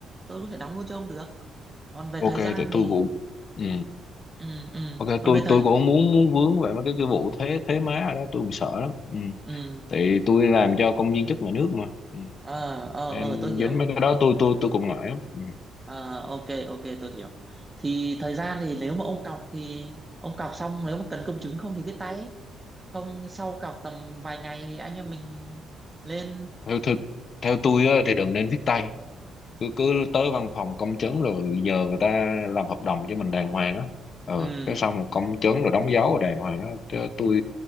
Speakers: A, on the right (about 20°); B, on the left (about 50°).
A: tôi có thể đóng luôn cho ông được còn về
B: ok
A: thời gian
B: tại tôi
A: thì
B: cũng ừ.
A: ừ ừ
B: ok
A: còn
B: tôi
A: về thời
B: tôi cũng muốn muốn vướng về mấy cái cái vụ thuế thuế má ở đó tôi cũng sợ lắm ừ.
A: ừ
B: tại tôi làm cho công viên chức nhà nước mà ừ.
A: ờ ờ
B: nên
A: ờ tôi hiểu
B: dính mấy cái đó tôi tôi tôi cũng ngại lắm ừ.
A: ờ ok ok tôi hiểu thì thời gian thì nếu mà ông cọc thì ông cọc xong nếu mà cần công chứng không thì viết tay ấy. không thì sau cọc tầm vài ngày thì anh em mình lên
B: theo, theo theo tôi á, thì đừng nên viết tay cứ cứ tới văn phòng công chứng rồi nhờ người ta làm hợp đồng cho mình đàng hoàng á ờ
A: ừ
B: cái xong rồi công chứng rồi đóng dấu rồi đàng hoàng á chứ tôi